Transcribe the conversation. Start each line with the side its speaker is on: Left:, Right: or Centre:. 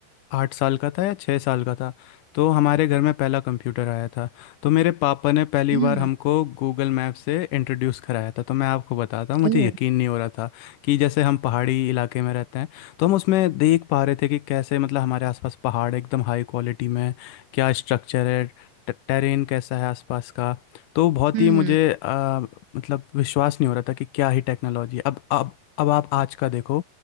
Left: आठ साल का था या छः साल का था तो हमारे घर में पहला कंप्यूटर आया था तो मेरे पापा ने पहली
Right: है
Left: बार हमको गूगल मैप से इंट्रोड्यूस कराया था तो मैं आपको बताता हूँ मुझे
Right: ओ
Left: यकीन नहीं हो रहा था कि जैसे हम पहाड़ी इलाके में रहते हैं तो हम उसमें देख पा रहे थे कि कैसे मतलब हमारे आसपास पहाड़ एकदम हाई क्वालिटी में है, क्या स्ट्रक्चर है टेरेन कैसा है आसपास का तो बहुत
Right: हम्म
Left: ही मुझे आ, मतलब विश्वास नहीं हो रहा था कि क्या ही टेक्नोलॉजी है। अब अब अब आप आज का देखो